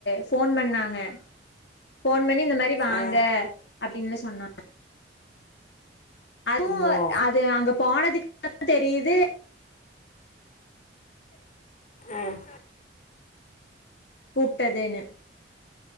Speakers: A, on the left (about 70°); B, on the left (about 45°).
A: ஃபோன் பண்ணாங்க போன் பண்ணி இந்த மாரி வாங்க
B: ஆ
A: அப்டின்னு சொன்னா அதுவு
B: வோ
A: அது அங்க போனதுக்கு அப்புறோந்தா தெரிது
B: ஆஹ்
A: கூப்பிட்டதுனு